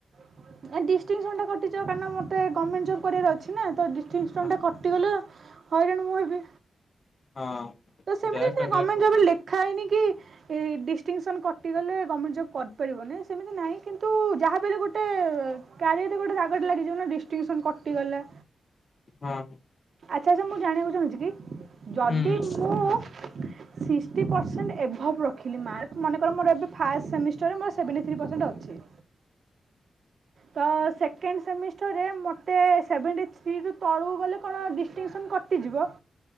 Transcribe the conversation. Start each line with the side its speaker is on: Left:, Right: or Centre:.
Right: ଏ ଡିଷ୍ଟିଂସନ୍ ଟା କଟିଯିବ କାରଣ ମତେ ଗର୍ଣ୍ଣମେଣ୍ଟ ଜବ୍ କରିବାର ଅଛି ନା ତ ଦିଷ୍ଟିଂସନ୍ଟା
Left: ହଁ
Right: କଟିଗଲେ ହଇରାଣ ମୁଁ ହେବି
Left: ହଁ
Right: ତ ସେମିତି
Left: ବ୍ୟାକ୍ ଲାଗିଲା
Right: ଗମେଣ୍ଟ
Left: ପ୍ରୋବ୍ଲେମ
Right: ଜବରେ ଲେ ଖାଇନି କି ଡିଷ୍ଟିଙ୍ଗସନ୍ କଟିଗଲେ ଗମେଣ୍ଟ ଜଵ୍ କରିପାରିବନି ସେମିତି ନାହିଁ କିନ୍ତୁ ଯାହାବି ହେଲେ ଗୋଟେ କ୍ୟାରିଅରରେ ଗୋଟେ ଦାଗଟେ ଲାଗିଯିବ ନା ଡିଷ୍ଟିଂସନ କଟିଗଲା।
Left: ହଁ।
Right: ଆଚ୍ଛା ଆଚ୍ଛା ମୁଁ ଜାଣିବାକୁ ଚାହୁଁଛି କି ଯଦି
Left: ହୁଁ
Right: ମୁଁ ସିକ୍ସଟି ପରସେଣ୍ଟ ଏଭଭ୍ ରଖିଲି ମାର୍କ ମନେକର ମୋର ଏବେ ଫାଷ୍ଟ୍ ସେମିଷ୍ଟର ମୋର ସେଭେଣ୍ଟି ଥ୍ରୀ ପରସେଣ୍ଟ ଅଛି। ତ ସେକେଣ୍ଡ ସେମିଷ୍ଟରରେ ମୋତେ ସେଭେଣ୍ଟି ଥ୍ରୀ ରୁ ତଳକୁ ଗଲେ କଣ ଡିଷ୍ଟିଂସନ କଟ କଟିଯିବ?